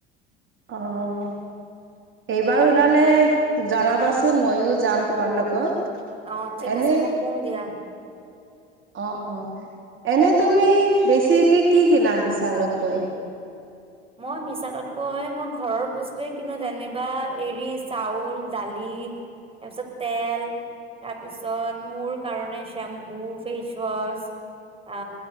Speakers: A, on the right; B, on the right.
A: অ', এইবাৰ ওলালে জনাবাচোন ময়ো যাম তোমাৰ লগত।
B: অ ঠিক
A: এনে
B: আছে মই কম দিয়া।
A: অ, অ। এনে তুমি বেছিকে কি কিনা বিশালত গৈ?
B: মই বিশালতগৈ মই ঘৰৰ বস্তুৱে কিনো যেনিবা, এৰি চাউল, দালি, তাৰপিছত তেল, তাৰপিছত মোৰ কাৰণে শ্বেম্পু, ফেচৱাছ, আ